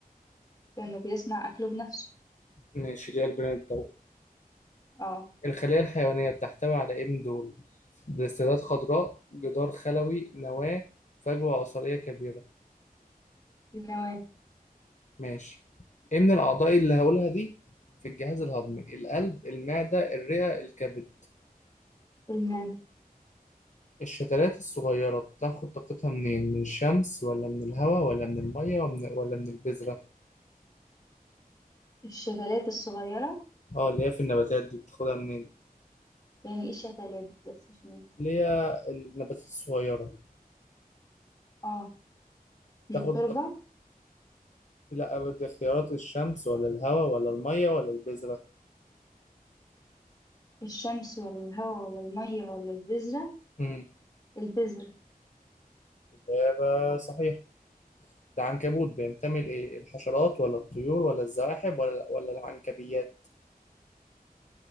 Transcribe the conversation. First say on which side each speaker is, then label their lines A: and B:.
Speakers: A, on the left; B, on the left.
A: كأنه بيصنع أكله بنفسه
B: ماشي اللي هي البناء الضوئي
A: اه
B: الخلية الحيوانية بتحتوي على إيه من دول؟ بلاستيدات خضراء جدار خلوي نواة فجوة عصارية كبيرة
A: النواة
B: ماشي ايه من الاعضاء اللي هقولها دي في الجهاز الهضمي القلب المعدة الرئة الكبد
A: المعدة
B: الشتلات الصغيرة بتاخد طاقتها منين من الشمس ولا من الهواء ولا من المية ومن- ولا من البذرة
A: الشتلات الصغيرة
B: اه اللي هي في النباتات دي بتاخدها منين
A: يعني ايه شتلات بس عشان ننسى
B: اللي هي النباتات الصغيرة
A: اه من
B: بتاخد
A: التربة
B: طاق- لا دي اختيارات الشمس ولا الهواء ولا المية ولا البذرة
A: الشمس ولا الهواء ولا المية ولا البذرة
B: امم
A: البذرة
B: إجابة صحيحة العنكبوت بينتمي لإيه الحشرات ولا الطيور ولا الزواحف ولا ولا العنكبيات